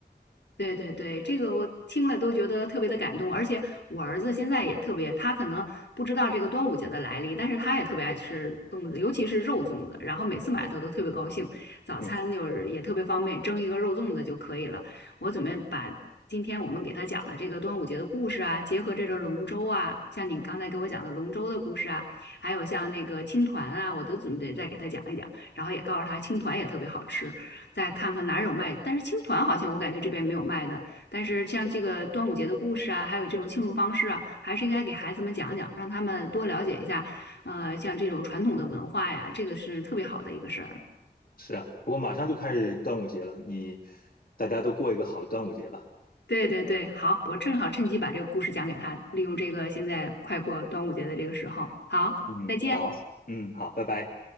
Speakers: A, on the left; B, on the left.
A: 对对对，这个我听了都觉得特别的感动，而且我儿子现在也特别，他可能不知道这个端午节的来历，但是他也特别爱吃粽子，尤其是肉粽子，然后每次买他都特别高兴，早餐就是也特别方便，
B: 嗯，
A: 蒸一个肉粽子就可以了。我准备把今天我们给他讲的这个端午节的故事啊，结合这个龙舟啊，像你刚才给我讲的龙舟的故事啊，还有像那个青团啊，我都准备再给他讲一讲，然后也告诉他青团也特别好吃。再看看哪儿有卖。但是青团好像我感觉这边没有卖的。但是像这个端午节的故事啊，还有这种庆祝方式啊，还是应该给孩子们讲讲，让他们多了解一下。呃，像这种传统的文化呀，这个是特别好的一个事儿。
B: 是啊，不过马上就开始端午节了，你大家都过一个好的端午节吧。
A: 对对对，好，我正好趁机把这个故事讲给他，利用这个现在快过端午节的这个时候。好，
B: 嗯，
A: 再见。
B: 好，嗯，好，拜拜。